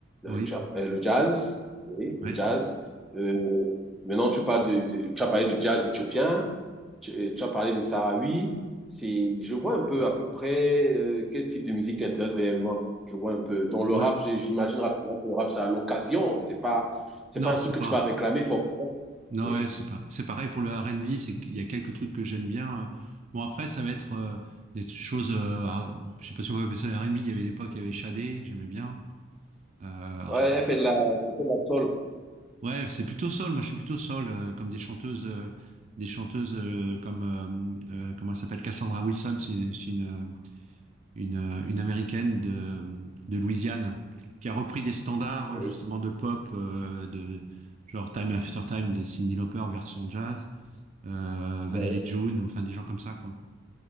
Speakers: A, on the right; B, in the centre.
A: Oui.
B: Euh, tu as- euh, Le jazz, oui, le
A: Ouais.
B: jazz. Euh, maintenant, tu parles de- de- tu as parlé du jazz éthiopien. Tu, euh, tu as parlé de Sahraoui. C'est, je vois un peu à peu près euh, quel type de musique t'intéresse réellement. Je vois un peu. Dans le
A: Ouais.
B: rap, j'ai- j'imagine rapidement que le rap, c'est à l'occasion. C'est pas, c'est
A: Non,
B: pas un
A: c'est
B: truc que
A: pas.
B: tu vas réclamer forcément.
A: Non,
B: Oui.
A: ouais, c'est pas, c'est pareil pour le R&B, c'est qu'il y a quelques trucs que j'aime bien. euh. Bon, après, ça va être euh, des choses, euh, ah, je sais pas si on va appeler ça le R&B, il y avait l'époque, il y avait Shadé, j'aimais bien. Euh, alors
B: Ouais,
A: c'est,
B: elle fait de la, elle fait de la soul.
A: ouais, c'est plutôt soul, moi je suis plutôt soul, euh, comme des chanteuses, euh, des chanteuses euh, comme, euh, euh, comment elle s'appelle, Cassandra Wilson, c'est c'est une, euh, une, euh, une américaine de, de Louisiane, qui a repris des standards
B: Oui,
A: euh, justement de pop, euh, de genre Time After Time de Cyndi Lauper version jazz. euh, Valérie
B: oui,
A: June, enfin des gens comme ça, quoi.